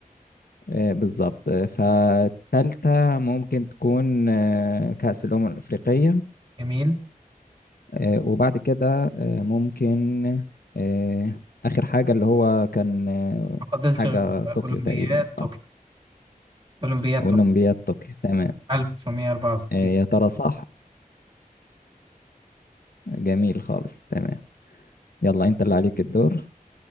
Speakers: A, on the left; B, on the right.
A: آه، بالظبط آه، فالتالتة ممكن تكون آه، كأس الأمم الأفريقية
B: جميل
A: آه، وبعد كده آه، ممكن آه، آخر حاجة اللي هو كان آه،
B: ما فضلش
A: حاجة
B: غير
A: طوكيو
B: أولمبياد
A: تقريبا
B: طوكيو
A: صح
B: أولمبياد
A: أولمبياد
B: طوكيو
A: طوكيو تمام
B: 1964
A: آه، يا ترى صح جميل خالص تمام يلا أنت اللي عليك الدور